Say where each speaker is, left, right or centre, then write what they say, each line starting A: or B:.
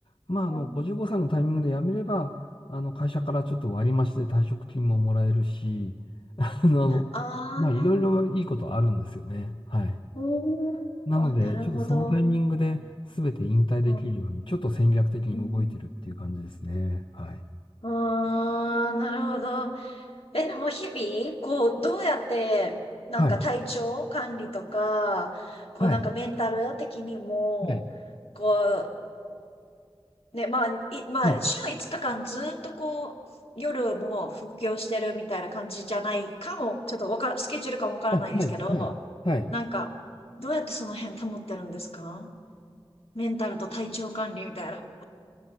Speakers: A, on the left; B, on the left.
A: まあ、あの、
B: うん、
A: 55歳のタイミングで辞めれば、あの、会社からちょっと割り増しで退職金ももらえるし、<laughs> あの、
B: ああ、
A: まあ、いろいろいいことあるんですよね。はい。
B: おー、
A: なので、
B: あ、なるほど。
A: ちょっとそのタイミングで全て引退できるように、
B: うん、
A: ちょっと戦略的に動いてるっていう感じですね。
B: うん。
A: はい。
B: ああ、なるほど。え、でも日々、こう、どうやって、なんか体調管理とか、
A: はい。
B: こうなんかメンタル的にも、
A: はい。はい。
B: こう、ね、まあ、い、まあ、
A: はい。
B: 週5日間ずっとこう、夜も副業してるみたいな感じじゃないかも、ちょっとわから、スケジュールかもわからないですけど、
A: はい。はい。はい。はい
B: なんか、どうやってその辺保ってるんですかメンタルと体調管理みたいな。